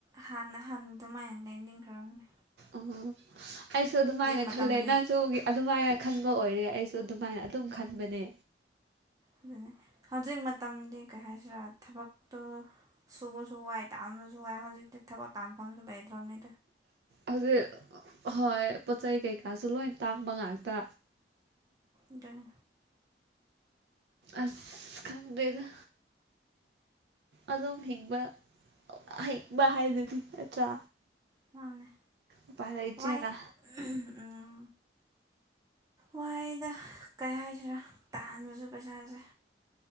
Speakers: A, on the right; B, on the right.
A: ꯍꯥꯟꯅ ꯍꯟ ꯗꯨꯃꯥꯏꯅ ꯂꯩꯅꯤꯡꯈ꯭ꯔꯝꯅꯦ
B: ꯎꯃꯍꯨꯝ ꯑꯩꯁꯨ ꯑꯗꯨꯃꯥꯏꯅ
A: ꯃꯇꯝꯗꯤ
B: ꯈꯜꯂꯦ ꯅꯪꯁꯨ ꯑꯗꯨꯃꯥꯏꯅ ꯈꯟꯕ ꯑꯣꯏꯔꯦ ꯑꯩꯁꯨ ꯑꯗꯨꯃꯥꯏꯅ ꯑꯗꯨꯝ ꯈꯟꯕꯅꯦ
A: ꯑꯗꯨꯅꯦ ꯍꯧꯖꯤꯛ ꯃꯇꯝꯗꯤ ꯀꯩꯍꯥꯏꯁꯤꯔꯥ ꯊꯕꯛꯇꯨ ꯁꯨꯕꯁꯨꯨ ꯋꯥꯏ ꯇꯥꯟꯕꯁꯨꯨ ꯋꯥꯥꯏ ꯍꯧꯖꯤꯛꯇꯤ ꯊꯕꯛ ꯇꯥꯟꯐꯝꯁꯨ ꯂꯩꯇꯔꯝꯅꯤ
B: ꯍꯧꯖꯤꯛ ꯍꯣꯏ ꯄꯣꯠ ꯆꯩ ꯀꯩꯀꯥꯁꯨ ꯂꯣꯏ ꯇꯥꯡꯕ ꯉꯥꯛꯇꯥ
A: ꯑꯗꯨꯅꯤ
B: ꯑꯁ ꯈꯡꯗꯦꯗꯥ ꯑꯗꯨꯝ ꯍꯤꯡꯕ ꯍꯤꯡꯕ ꯍꯥꯏꯗꯨꯅꯤ ꯅꯠꯇ꯭ꯔꯥ
A: ꯃꯥꯟꯅꯦ
B: ꯎꯄꯥꯏ ꯂꯩꯇ꯭ꯔꯦꯅ
A: ꯋꯥꯥꯏ ꯎꯝꯍꯨꯝ ꯋꯥꯌꯦꯗꯥ ꯀꯩꯍꯥꯏꯁꯤꯔꯥ ꯇꯥꯟꯕꯁꯨ ꯄꯩꯁꯥꯁꯦ